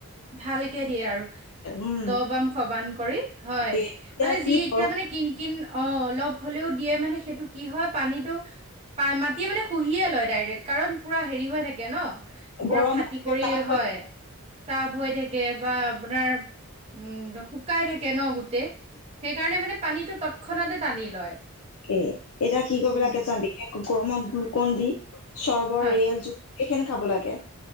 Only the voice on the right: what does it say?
ভালকে দিয়ে আৰু
দ বাম খবান কৰি হয়
মানে
যি এতিয়া
মানে কিন কিন অ অলপ হ'লেও দিয়ে মানে সেইটো কি হয় পানীতটো মাটিয়ে মানে শুহিয়ে লয় ডাইৰেক্ট কাৰণ পুৰা হেৰি হৈ থাকে ন পুৰা
ফাটি
কৰি
হয়
টাব হৈ থাকে বা আপোনাৰ উম শুকাই থাকে ন গোটেই সেইকাৰণে মানে পানীটো তৎক্ষণাতে টানি লয়
উম।
হয়।